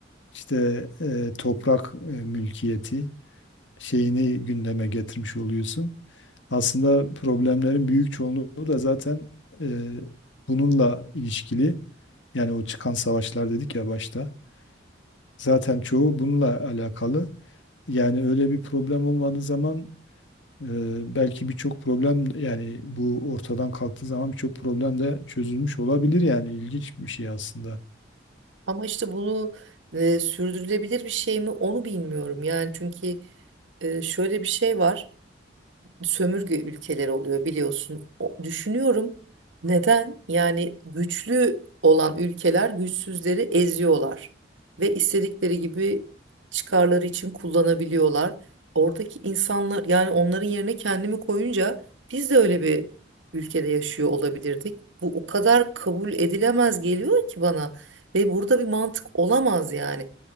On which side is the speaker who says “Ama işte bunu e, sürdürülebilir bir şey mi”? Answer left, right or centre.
Right